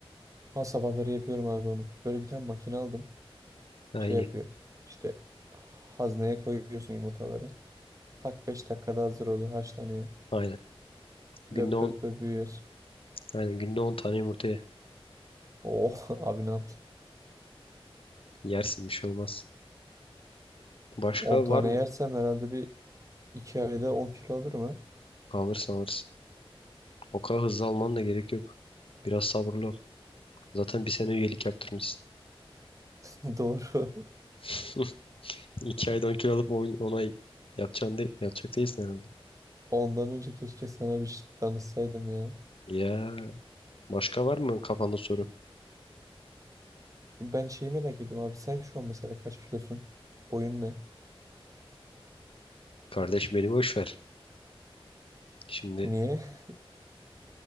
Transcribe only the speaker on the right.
Ha sabahları yapıyorum abi onu. Böyle bir tane makine aldım.
Şey
yapıyor. İşte hazneye koyuyorsun yumurtaları. Tak 5 dakikada hazır oluyor, haşlanıyor.
Löp
löp löp büyüyorsun.
Oh <laughs> abi ne yaptın?
10 tane
yersem herhalde bir 2 ayda on kilo alırım ha.
<laughs> Doğru.
Ondan önce keşke sana bir şey danışsaydım ya.
Ben şeyi merak ediyorum abi sen şu an mesela kaç kilosun? Boyun ne?
Niye? <laughs>